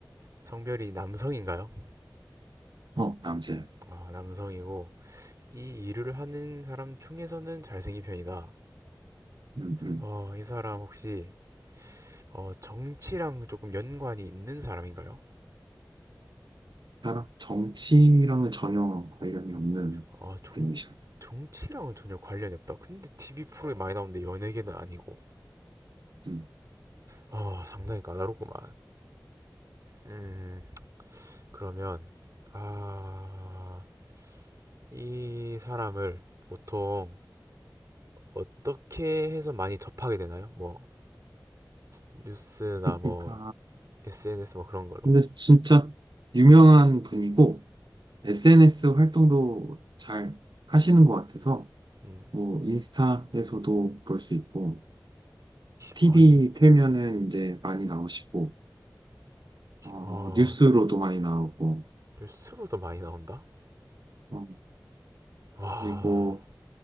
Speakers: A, on the right (about 45°); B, on the right (about 85°).
A: 성별이 남성인가요?
B: 어, 남자야.
A: 어, 남성이고 이 일을 하는 사람 중에서는 잘생긴 편이다.
B: 음, 음.
A: 어, 이 사람 혹시 어, 정치랑 조금 연관이 있는 사람인가요?
B: 따라 정치랑은 전혀 관련이 없는
A: 어, 정,
B: 분이셔.
A: 정치랑은 전혀 관련이 없다. 근데 TV 프로에 많이 나오는데 연예계는 아니고.
B: 음.
A: 어, 상당히 까다롭구만. 음, 그러면 아, 이 사람을 보통 어떻게 해서 많이 접하게 되나요? 뭐 뉴스나
B: 파
A: 뭐 SNS 뭐 그런 걸로.
B: 근데 진짜 유명한 분이고 SNS 활동도 잘 하시는 것 같아서
A: 음.
B: 뭐 인스타에서도 볼 수 있고 TV
A: 어,
B: 틀면은 이제 많이 나오시고 어,
A: 아,
B: 뉴스로도 많이 나오고
A: 뉴스로도 많이 나온다?
B: 어,
A: 와,
B: 그리고